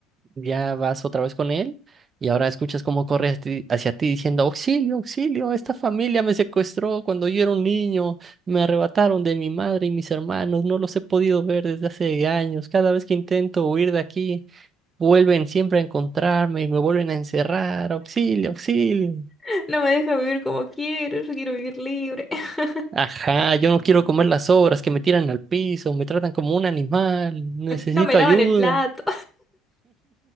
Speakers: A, on the right; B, in the centre.
A: ya vas otra vez con él y ahora escuchas cómo corre hacia ti, hacia ti diciendo, auxilio, auxilio, esta familia me secuestró cuando yo era un niño, me arrebataron de mi madre y mis hermanos, no los he podido ver desde hace años, cada vez que intento huir de aquí. Vuelven siempre a encontrarme y me vuelven a encerrar. Auxilio, auxilio.
B: <laughs> no me deja vivir como quiero, yo quiero vivir libre. <laughs>
A: Ajá, yo no quiero comer las sobras que me tiran al piso, me tratan como un animal, necesito
B: No me lavan
A: ayuda.
B: el plato.